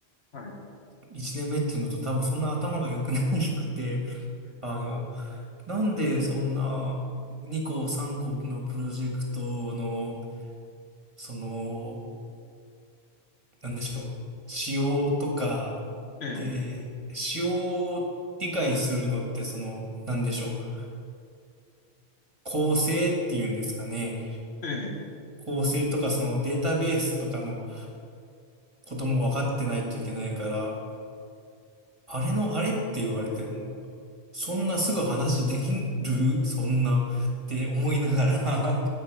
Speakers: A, on the left; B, on the right.
A: はい。<laughs>
B: い1年目っていうのと多分そんな頭が良くなくて、あの、なんでそんな2個3個のプロジェクトの、その、なんでしょう、仕様とか、
A: え
B: で、仕様を理解するのって、その、なんでしょう、構成っていうんですかね。
A: え、ええ
B: 構成とか、そのデータベースとかのことも分かってないといけないから、あれのあれって言われても、そんなすぐ話できるそんなって思いながら